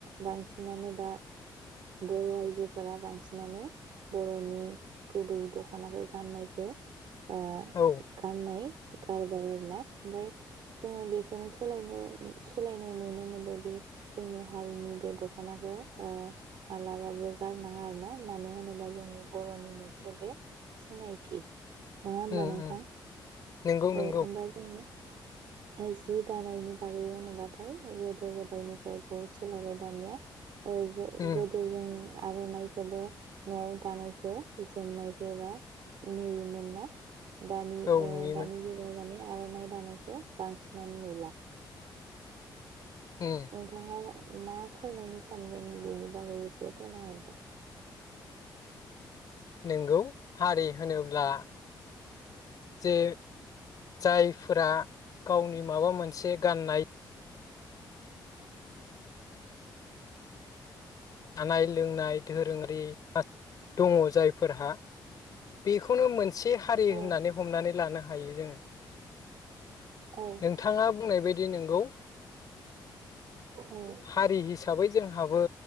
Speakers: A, on the right; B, on the left.
A: बांसिनानो दा बर' आयजोफोरा बांसिनानो बर'नि गुबैयै दख'नाखो गाननायखो ओ
B: औ
A: गाननाय गारबाय आरोना ओमफाय जोङो बेखोनो सोलायनो सोलायनाय नुनो मोनदोदि जोंनि हारिनि बे दख'नाखो ओ मालाबाबो गारनाङा आरोना मानो होनोबा जोंनि बर'नि मोनसे बे सिनायथि नङा होमबा
B: उम
A: नोंथां
B: उम नोंगौ
A: औ
B: नोंगौ
A: होमबा जोङो ओ जि दानायनि बागै होनोबाथाय गोदो गोदायनिफ्राय बहुद सोलायबाय दानिया ओ जो
B: उम
A: गोदो जों आर'नाइखौबो न'आव दानायखो जोमनायखो एबा नुयोमोन ना दानि
B: औ
A: ओ
B: नुयोमोन
A: दानि जुगाव माने आर'नाइ दानायखौ बांसिनानो नुला
B: उम
A: नोंथाङा मा फोरमायनो सानगोन बेनि बागै एसे फोरमायहरदो।
B: नोंगौ हारि होनोब्ला जे जायफोरा गावनि माबा मोनसे गाननाय जानाय लोंनाय धोरोङारि दङ जायफोरहा बेखौनो मोनसे हारि
A: औ
B: होननानै हमनानै लानो हायो जोङो।
A: औ
B: नोंथाङा बुंनाय बाय दि नोंगौ
A: औ
B: हारि हिसाबै जोंहाबो